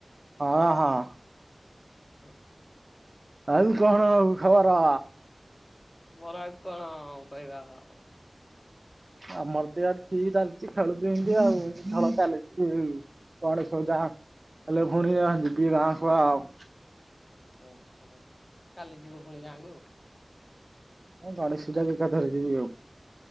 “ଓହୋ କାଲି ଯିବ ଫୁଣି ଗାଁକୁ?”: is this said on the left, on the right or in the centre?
Left